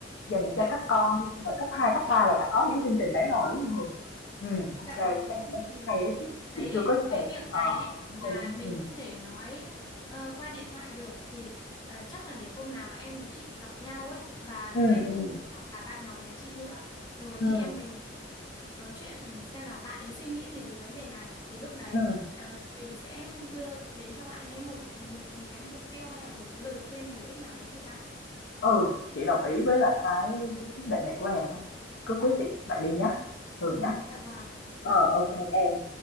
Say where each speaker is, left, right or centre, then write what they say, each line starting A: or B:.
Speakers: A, on the left (about 80°); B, on the left (about 20°).
A: Dành
B: dạ
A: cho các
B: đúng
A: con
B: rồi
A: hồi cấp 2 cấp 3 là đã có những cái chương trình đấy rồi, đúng không Hường? ừ ok
B: dạ
A: kê,
B: vâng
A: cái này nó cũng
B: thì
A: hay đó, chị
B: cái
A: chị chưa có cùng
B: cái việc
A: ờ,
B: này ấy
A: cũng
B: là
A: hay đó,
B: mình
A: ừm.
B: không thể nói ờ, qua điện thoại được thì ờ, chắc là để hôm nào em với chị gặp nhau ấy và
A: Ừm,
B: em
A: ừm,
B: cũng muốn gặp cả bạn nhỏ nhà chị nữa rồi
A: ừm,
B: chị em mình nói chuyện xem là bạn ấy suy nghĩ gì về vấn đề này thì lúc đấy
A: ừm,
B: ờ, mình sẽ đưa đến cho bạn ấy một một một cái mục tiêu hay là một cái lời khuyên bổ ích nào đấy thì sao?
A: ừ, chị đồng ý với lại cái cái quyết định này của em đó, cứ quyết định vậy đi nhá, Hường nhá.
B: Dạ vâng,
A: Ờ,
B: vâng.
A: ok em.